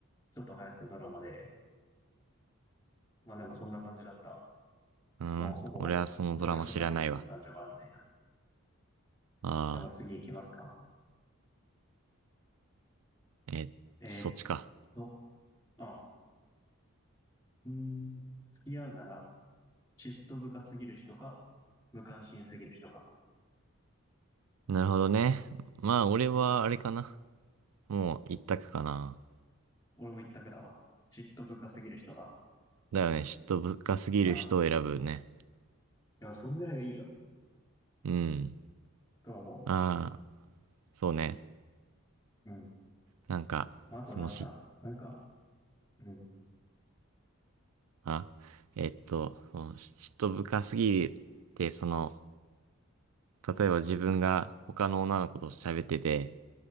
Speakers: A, on the left (about 20°); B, on the right (about 80°).
A: ちょっと流行ってたドラマで、まあでもそんな感じだった。
B: うん、
A: もうほぼお互い初対面の男女が、
B: 俺はそのドラマ知らないわ。
A: みたいな。
B: ああ、
A: じゃあ次行きますか。
B: え、
A: えーっ
B: そっちか。
A: と、あ、うーん、付き合うなら、嫉妬深すぎる人か、無関心すぎる人か。
B: なるほどね。まあ、俺はあれかな。もう一択かな。
A: 俺も一択だわ。嫉妬深すぎる人だわ。
B: だよね、嫉妬深すぎる人を選ぶね。
A: あー、でもそんぐらいがいいよ。
B: うん。
A: とは思
B: ああ、そうね。
A: う。うん。
B: なんか、
A: まあ、あとなんか、
B: その嫉
A: なんか、うん、
B: あ、えっと、その嫉妬深すぎて、その、例えば自分が他の女の子と喋ってて、